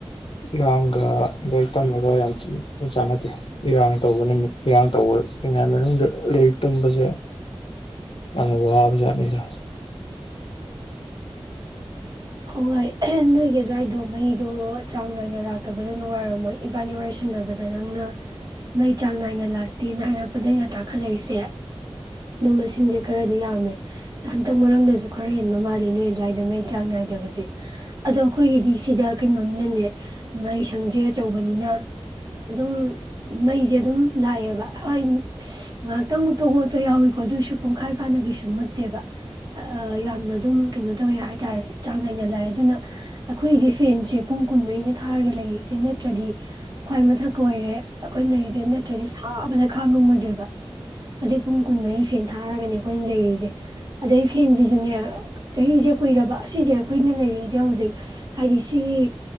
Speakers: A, on the left; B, on the right.
A: ꯏꯔꯥꯡꯒ ꯂꯥꯏꯔꯤꯛ ꯇꯝꯕꯗ ꯌꯥꯝ ꯊꯤꯅ ꯆꯥꯟꯅꯗꯦ ꯏꯔꯥꯡ ꯇꯧꯕ ꯅꯨꯃꯤꯠ ꯏꯔꯥꯡ ꯇꯧꯕꯉꯥꯏ ꯃꯅꯨꯡꯗ ꯂꯥꯏꯔꯤꯛ ꯇꯝꯕꯁꯦ ꯌꯥꯝꯅ ꯋꯥꯕꯖꯥꯠꯅꯤꯗꯣ
B: ꯍꯣꯏ ꯅꯣꯏꯒꯤ ꯑꯗꯨꯋꯥꯏꯗꯣ ꯃꯩꯗꯣ ꯆꯥꯡ ꯅꯥꯏꯅ ꯂꯥꯛꯇꯕꯗꯣ ꯅꯨꯡꯉꯥꯏꯔꯝꯃꯣꯏ ꯏꯕꯥꯅꯤ ꯋꯥꯏ ꯁꯟꯅꯅꯕꯗ ꯅꯪꯅ ꯃꯩ ꯆꯥꯡ ꯅꯥꯏꯅ ꯂꯥꯛꯇꯦꯅ ꯍꯥꯏꯔꯛꯄꯗ ꯑꯩꯅ ꯇꯥꯈꯠꯂꯛꯏꯁꯦ ꯑꯗꯨꯝꯕ ꯃꯁꯤꯡꯁꯦ ꯈꯔꯗꯤ ꯌꯥꯝꯃꯦ ꯍꯟꯇꯛ ꯃꯔꯝꯗꯁꯨ ꯈꯔ ꯍꯦꯟꯕ ꯃꯥꯜꯜꯂꯤ ꯅꯣꯏ ꯑꯗꯨꯋꯥꯏꯗ ꯃꯩ ꯆꯥꯡ ꯅꯥꯏ ꯕꯁꯦ ꯑꯗꯣ ꯑꯩꯈꯣꯏꯒꯤꯗꯤ ꯁꯤꯗ ꯀꯩꯅꯣꯅꯤꯅꯅꯦ ꯃꯩ ꯁꯪꯁꯦ ꯑꯆꯧꯕꯅꯤꯅ ꯑꯗꯨꯝ ꯃꯩꯁꯦ ꯑꯗꯨꯝ ꯂꯥꯛꯑꯦꯕ ꯍꯣꯏ ꯉꯥꯏꯍꯥꯛꯇꯪ ꯃꯨꯠꯄ ꯈꯣꯠꯄ ꯌꯥꯎꯋꯀꯣ ꯑꯗꯨꯏꯁꯨ ꯄꯨꯡꯈꯥꯏꯔ ꯐꯥꯅ ꯀꯩꯁꯨ ꯃꯨꯠꯇꯦꯕ ꯌꯥꯝꯅ ꯑꯗꯨꯝ ꯀꯩꯅꯣ ꯇꯧꯋꯦ ꯍꯥꯏꯇꯥꯔꯦ ꯆꯥꯡ ꯅꯥꯏꯅ ꯂꯥꯛꯑꯦ ꯑꯗꯨꯅ ꯑꯩꯈꯣꯏꯒꯤꯗꯤ ꯐꯦꯟꯁꯦ ꯄꯨꯡ ꯀꯨꯟꯃꯔꯤꯅ ꯊꯥꯔꯒ ꯂꯩꯔꯤꯁꯦ ꯅꯠꯇ꯭ꯔꯗꯤ ꯈ꯭ꯋꯥꯏ ꯃꯊꯛ ꯀꯣꯏꯔꯦ ꯑꯩꯈꯣꯏꯅ ꯂꯩꯔꯤꯁꯦ ꯅꯠꯇ꯭ꯔꯗꯤ ꯁꯥꯕꯗ ꯈꯥꯡꯉꯝꯃꯣꯏꯗꯣꯏꯕ ꯑꯗꯨꯩ ꯄꯨꯡ ꯀꯨꯟꯃꯔꯤ ꯐꯦꯟ ꯊꯥꯔꯒꯅꯦ ꯑꯩꯈꯣꯏꯅ ꯂꯩꯔꯤꯁꯦ ꯑꯗꯩ ꯐꯦꯟꯁꯤꯁꯨꯅꯦ ꯆꯍꯤꯁꯦ ꯀꯨꯏꯔꯕ ꯁꯤꯁꯦ ꯑꯩꯈꯣꯏꯅ ꯂꯩꯔꯤꯁꯦ ꯍꯧꯖꯤꯛ ꯍꯥꯏꯗꯤ ꯁꯤꯒꯤ